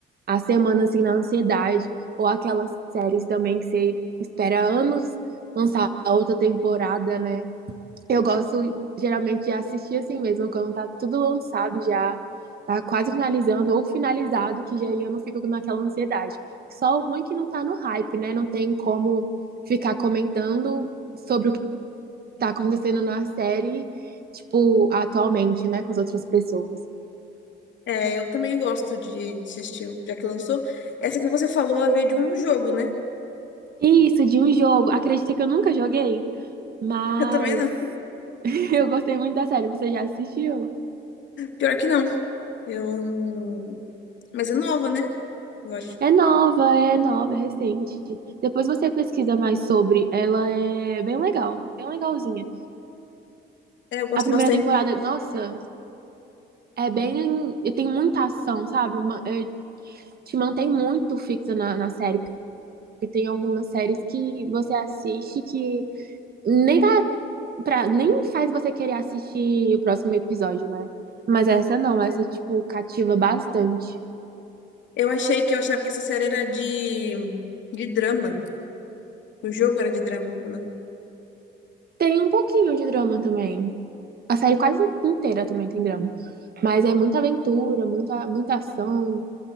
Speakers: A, on the right (about 50°); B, on the left (about 70°).
A: a semana assim na ansiedade, ou aquelas séries também que você espera anos lançar a outra temporada, né? Eu gosto geralmente de assistir assim mesmo, quando tá tudo lançado já, tá quase finalizando ou finalizado, que já aí eu não fico naquela ansiedade. Só o ruim é que não tá no hype, né? Não tem como ficar comentando sobre tá acontecendo na série, tipo, atualmente, né, com as outras pessoas.
B: É, eu também gosto de assistir, já que lançou. Essa que você falou, ela veio de um jogo, né?
A: Isso, de um jogo. Acredita que eu nunca joguei, mas
B: Eu também não.
A: <laughs> eu gostei muito da série. Você já assistiu?
B: Pior que não. Eu... Mas é nova, né? Gosto.
A: É nova, é nova, é recente. Depois você pesquisa mais sobre. Ela é bem legal, bem legalzinha.
B: É, eu gosto
A: A primeira
B: bastante.
A: temporada, nossa, é bem. Tem muita ação, sabe? Ma- é, Te mantém muito fixa na, na série. Porque tem algumas séries que você assiste que nem tá Pra, nem faz você querer assistir o próximo episódio, né? Mas essa não, essa,
B: É.
A: tipo, cativa bastante.
B: Eu achei que eu achava que essa série era de, de drama. O jogo era de drama, ou não?
A: Tem um pouquinho de drama também. A série quase inteira também tem drama. Mas é muita aventura, muita, muita ação.